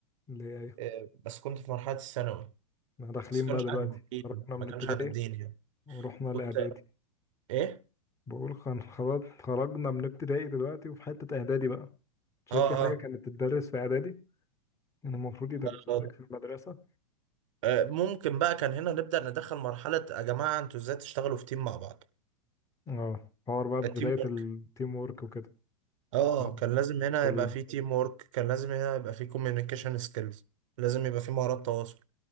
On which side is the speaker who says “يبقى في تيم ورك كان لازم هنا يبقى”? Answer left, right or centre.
Right